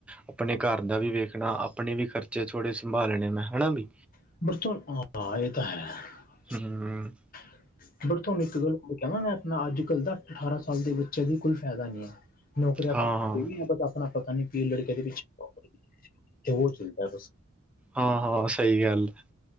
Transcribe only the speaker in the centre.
ਆਪਣੇ ਘਾਰ ਦਾ ਵੀ ਵੇਖਣਾ ਆਪਣੇ ਵੀ ਖਰਚੇ ਥੋੜੇ ਸੰਭਾਲਣੇ ਮੈਂ। ਹਣਾਂ ਬਈ
ਹੂੰ।
ਹਾਂ
ਹਾਂ
ਹਾਂ-ਹਾਂ, ਸਈ ਗੱਲ ਏ